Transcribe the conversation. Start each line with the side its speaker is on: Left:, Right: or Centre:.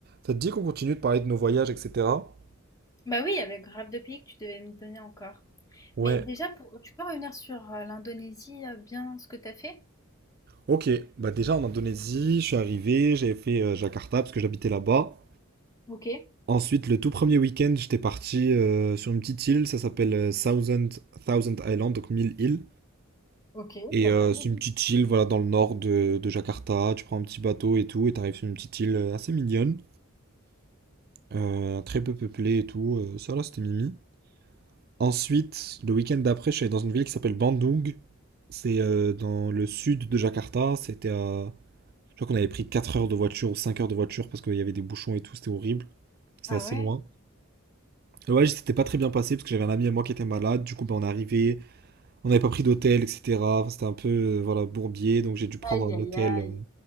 Right: Ça te dit qu'on continue de parler de nos voyages, etc.
Left: Bah oui, avec grave de pays que tu devais me donner encore.
Right: Ouais,
Left: Mais déjà, pour, tu peux revenir sur euh, l'Indonésie, euh, bien ce que t'as fait?
Right: ok. Bah déjà en Indonésie, je suis arrivé, j'ai fait euh, Jakarta parce que j'habitais là-bas.
Left: Ok,
Right: Ensuite, le tout premier week-end, j'étais parti euh, sur une petite île, ça s'appelle euh, Thousand, Thousand Island, donc 1000 îles.
Left: ok,
Right: Et
Left: pas
Right: euh,
Left: mal.
Right: c'est une petite île,
Left: Non.
Right: voilà, dans le nord de, de Jakarta. Tu prends un petit bateau et tout, et t'arrives sur une petite île euh, assez mignonne, euh, très peu peuplée et tout. euh, ça là, c'était mimi. Ensuite, le week-end d'après, je suis allé dans une ville qui s'appelle Bandung. C'est euh, dans le sud de Jakarta. C'était à... Je crois qu'on avait pris 4 heures de voiture ou 5 heures de voiture parce qu'il y avait des bouchons et tout. C'était horrible. C'était
Left: Ah
Right: assez
Left: ouais?
Right: loin. Le voyage s'était pas très bien passé parce que j'avais un ami à moi qui était malade. Du coup, ben, on est arrivé. On n'avait pas pris d'hôtel, etc. Enfin, c'était un peu euh, voilà, bourbier. Donc j'ai dû prendre
Left: Aïe,
Right: un
Left: aïe,
Right: hôtel
Left: aïe.
Right: euh,